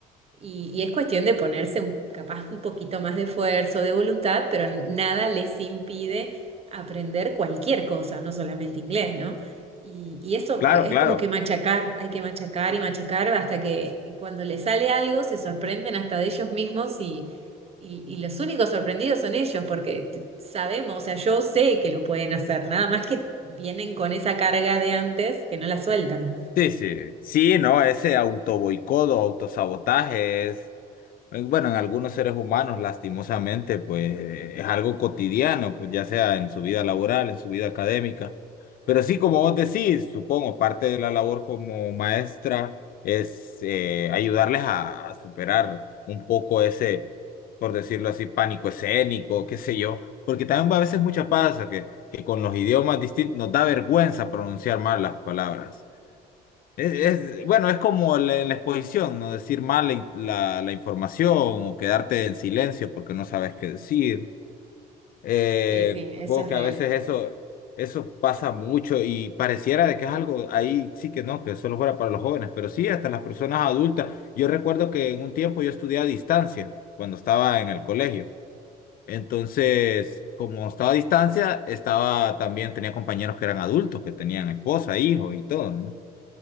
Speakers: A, on the right; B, on the left.
A: y, y es cuestión de ponerse un- capaz un poquito más de esfuerzo, de voluntad, pero nada les impide aprender cualquier cosa, no solamente inglés, ¿no? Y, y eso
B: claro,
A: es
B: claro.
A: como que machacar, hay que machacar y machacar hasta que y cuando les sale algo se sorprenden hasta de ellos mismos y, y, y los únicos sorprendidos son ellos, porque t- sabemos, o sea, yo sé que lo pueden hacer, nada más que vienen con esa carga de antes que no la sueltan.
B: Sí, sí, sí, no, ese autoboicodo, autosabotaje es Eh, Bueno, en algunos seres humanos, lastimosamente, pues eh, es algo cotidiano, pues ya sea en su vida laboral, en su vida académica. Pero sí, como vos decís, supongo, parte de la labor como maestra es eh, ayudarles a, a superar un poco ese, por decirlo así, pánico escénico, qué sé yo. Porque también a veces
A: Ujú.
B: mucha pasa que, que con los idiomas distintos nos da vergüenza pronunciar mal las palabras. Es,
A: Mm.
B: es- bueno, es como la, en la exposición, no decir mal la, in- la- la información o quedarte en silencio porque no sabes qué decir. Eh,
A: Sí, sí, eso
B: supongo
A: es
B: que
A: real.
B: a veces eso, eso pasa mucho y pareciera de que es algo ahí sí que no, que solo fuera para los jóvenes, pero sí hasta las personas adultas. Yo recuerdo que en un tiempo yo estudié a distancia cuando estaba en el colegio. Entonces, como estaba a distancia, estaba también tenía compañeros que eran adultos, que tenían esposa, hijo y todo, ¿no?